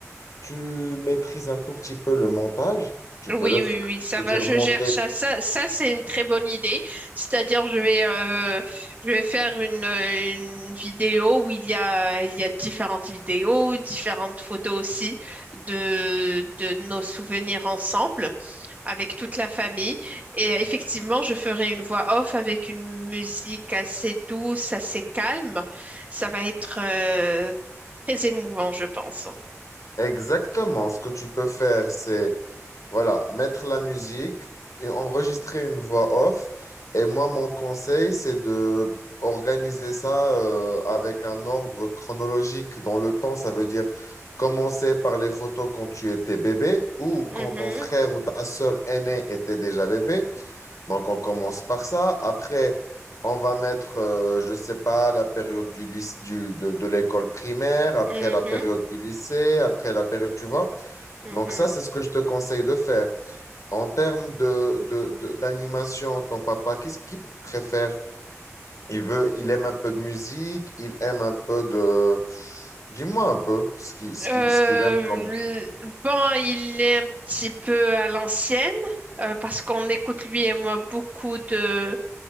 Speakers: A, on the left (about 80°); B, on the right (about 30°).
A: tu maîtrises un tout petit peu le montage, tu peux
B: Oui,
A: le
B: oui,
A: faire. Tu
B: oui, ça
A: peux
B: va,
A: dire
B: je
A: monter.
B: gère ça. Ça, ça c'est une très bonne idée. C'est-à-dire, je vais, euh, je vais faire une, euh, une vidéo où il y a, il y a différentes vidéos, différentes photos aussi de, de nos souvenirs ensemble avec toute la famille. Et euh, effectivement, je ferai une voix off avec une musique assez douce, assez calme. Ça va être, euh, très émouvant, je pense.
A: Exactement. Ce que tu peux faire, c'est Voilà, mettre la musique et enregistrer une voix off. Et moi, mon conseil, c'est de organiser ça euh, avec un ordre chronologique dans le temps. Ça veut dire commencer par les photos quand tu étais bébé ou
B: Mhm.
A: quand ton frère ou ta sœur aînée était déjà bébé. Donc, on commence par ça. Après, on va mettre, euh, je ne sais pas, la période du lyc- du, de, de l'école primaire, après
B: Mhm,
A: la période du lycée, après la période, tu vois.
B: mhm.
A: Donc, ça, c'est ce que je te conseille de faire. En termes de, de- de- d'animation, ton papa, qu'est-ce qu'il préfère? Il veut, il aime un peu de musique, il aime un peu de... Dis-moi un peu ce qui, ce
B: Euh,
A: qui, ce qu'il aime comme...
B: l- bon, il est un petit peu à l'ancienne euh, parce qu'on écoute lui et moi beaucoup de